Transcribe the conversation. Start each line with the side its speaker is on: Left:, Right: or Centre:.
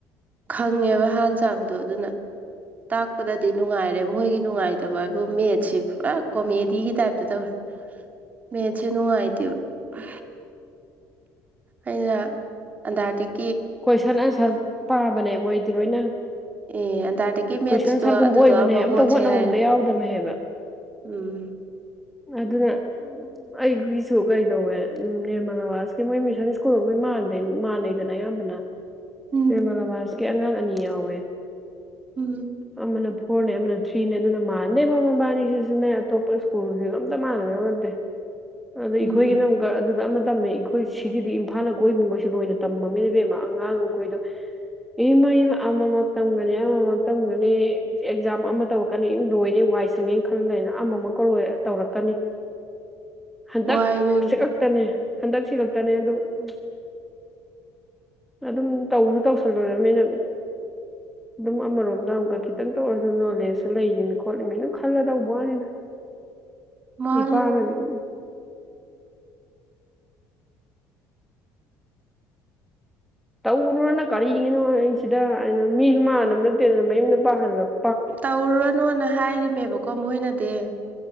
Right: ꯈꯪꯉꯦꯕ ꯍꯥꯟ ꯆꯥꯡꯗꯣ ꯑꯗꯨꯅ ꯇꯥꯛꯄꯗꯗꯤ ꯅꯨꯡꯉꯥꯏꯔꯦ ꯃꯣꯏꯒꯤ ꯅꯨꯡꯉꯥꯏꯇꯕ ꯍꯥꯏꯕꯨ ꯃꯦꯠꯁꯤꯦ ꯄꯨꯔꯥ ꯀꯣꯃꯦꯗꯤꯒꯤ ꯇꯥꯏꯞꯇ ꯇꯧꯋꯦ ꯃꯦꯠꯁꯦ ꯅꯨꯡꯉꯥꯏꯇꯦꯕ ꯎ ꯑꯩꯅ ꯑꯟꯇꯔꯇꯤꯛ
Centre: ꯀꯣꯏꯁꯟ ꯑꯟꯁꯔ ꯄꯥꯕꯅꯦ ꯃꯣꯏ ꯂꯣꯏꯅ
Right: ꯑꯦ ꯑꯟꯇꯥꯔꯇꯤꯛꯀꯤ ꯃꯦꯠꯁꯇꯣ
Centre: ꯀꯣꯏꯁꯟ ꯑꯟꯁꯔꯒꯨꯝ
Right: ꯑꯗꯨꯗꯣ
Centre: ꯑꯣꯏꯕꯅꯦ
Right: ꯑꯃ
Centre: ꯑꯝꯇ
Right: ꯍꯣꯠꯁꯦ
Centre: ꯍꯣꯠꯅꯕ
Right: ꯍꯥꯏꯔꯤ
Centre: ꯑꯝꯇ ꯌꯥꯎꯗꯝꯃꯦ ꯍꯥꯏꯕ
Right: ꯎꯝ
Centre: ꯑꯗꯨꯅ ꯑꯩꯒꯤꯁꯨ ꯀꯩꯗꯧꯋꯦ ꯎ ꯅꯤꯔꯃꯜ ꯑꯥꯋꯥꯁꯀꯤ ꯃꯣꯏ ꯃꯤꯁꯟ ꯁ꯭ꯀꯨꯜꯗ ꯃꯣꯏ ꯃ ꯃꯥꯟꯅꯩꯗꯅ ꯑꯌꯥꯝꯕ ꯅ
Right: ꯎꯝ
Centre: ꯃꯂ ꯃꯥꯔꯁꯨ ꯀꯦ ꯑꯉꯥꯡ ꯑꯅꯤ ꯌꯥꯎꯋꯦ
Right: ꯎꯝ
Centre: ꯑꯃꯅ ꯐꯣꯔꯅꯦ ꯑꯃꯅ ꯊ꯭ꯔꯤꯅꯦ ꯑꯗꯨꯅ ꯃꯥꯟꯅꯩ ꯃꯃꯥ ꯃꯕꯥꯅꯤꯁꯤꯁꯨꯅꯦ ꯑꯇꯣꯞꯄ ꯁ꯭ꯀꯨꯜꯁꯤꯒ ꯑꯝꯇ ꯃꯥꯟꯅꯗꯕ ꯅꯠꯇꯦ ꯑꯗ ꯑꯩꯈꯣꯏꯒꯤꯅ
Right: ꯎꯝ
Centre: ꯑꯃꯨꯛꯀ ꯑꯗꯨꯗ ꯑꯃ ꯇꯝꯃꯦ ꯑꯩꯈꯣꯏ ꯁꯤꯒꯤꯗꯤ ꯏꯝꯐꯥꯜꯅ ꯀꯣꯏꯃꯤꯉꯣꯏꯁꯤ ꯂꯣꯏꯅ ꯇꯝꯃꯃꯤ ꯏꯕꯦꯝꯃꯥ ꯑꯉꯥꯡꯈꯣꯏꯗꯣ ꯏꯃ ꯑꯃ ꯇꯝꯒꯅꯤ ꯑꯃ ꯑꯃ ꯇꯝꯒꯅꯤ ꯑꯦꯛꯖꯥꯝ ꯑꯃ ꯇꯧꯔꯛꯀꯅꯤ ꯏ ꯂꯣꯏꯔꯦ ꯋꯥꯏ ꯁꯪꯉꯦꯅ ꯈꯜ ꯂꯩꯅ ꯑꯃꯨꯛꯀ ꯂꯣꯏ ꯇꯧꯔꯛꯀꯅꯤ ꯍꯟꯗꯛꯁꯤ
Right: ꯋꯥꯏ ꯏꯕꯦꯝꯃ
Centre: ꯈꯛꯇꯅꯦ ꯍꯟꯗꯛꯁꯤ ꯈꯛꯇꯅꯦ ꯑꯗꯨ ꯎ ꯑꯗꯨꯝ ꯇꯧꯁꯨ ꯇꯧꯁꯜꯂꯨꯔꯅꯤ ꯅꯪ ꯑꯗꯨꯝ ꯑꯃꯔꯣꯝꯗ ꯑꯃꯨꯛꯀ ꯈꯤꯇꯪꯇ ꯑꯣꯏꯔꯁꯨ ꯅꯣꯂꯦꯖꯁꯨ ꯂꯩꯅꯤ ꯈꯣꯠꯂꯤꯃꯤ ꯅꯪ ꯈꯜꯂ ꯇꯧꯕ ꯋꯥꯅꯤꯅ
Right: ꯃꯥꯅꯦ
Centre: ꯏꯄꯥ ꯍꯥꯏꯅꯗꯤꯦ ꯇꯧꯔꯨꯔꯅ ꯀꯔꯤꯉꯅꯣ ꯁꯤꯗ ꯑꯩꯅ ꯃꯤꯁꯨ ꯃꯥꯟꯅꯕ ꯅꯠꯇꯦꯗꯅ ꯃꯌꯨꯝꯗ ꯄꯥꯍꯜꯂꯄ
Right: ꯇꯧꯔꯨꯔꯅꯣꯅ ꯍꯥꯏꯔꯤꯃꯦꯕꯀꯣ ꯃꯈꯣꯏꯅꯗꯤ